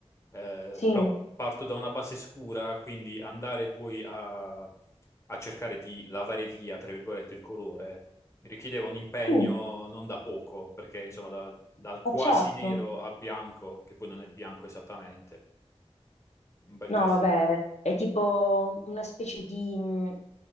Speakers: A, on the left; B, on the left.
A: Eh,
B: Sì,
A: però parto da una base scura, quindi andare poi a, a cercare di lavare via, tra virgolette, il colore richiedeva un impegno
B: sì,
A: non da poco, perché insomma da- dal quasi
B: ma certo.
A: nero a bianco, che poi non è bianco esattamente, un bel
B: No,
A: casino.
B: vabbè, è tipo una specie di, mm,